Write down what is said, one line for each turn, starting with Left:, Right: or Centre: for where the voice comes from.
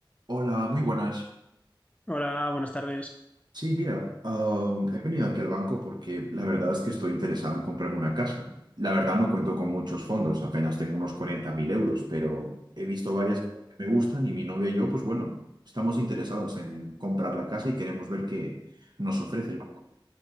Right: Hola, muy buenas.
Left: Hola, buenas tardes.
Right: Sí, mira, ah, he venido aquí al banco porque la verdad es que estoy interesado en comprarme una casa. La verdad no cuento con muchos fondos, apenas tengo unos cuarenta mil euros, pero he visto varias que me gustan y mi novia y yo, pues bueno, estamos interesados en comprar la casa y queremos ver qué nos ofrece el banco.